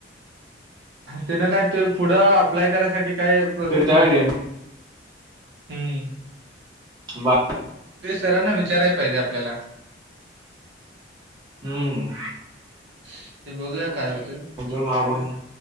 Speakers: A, on the right; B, on the right.
A: तन काय त पुढं अप्लाय करायसाठी काय प्रोसेस
B: ते
A: नव्हती
B: त्यावेळी
A: हम्
B: बा
A: सरांना विचाराय पाहिजे आपल्याला
B: हम्म
A: ते बघू काय होते
B: अजून मागून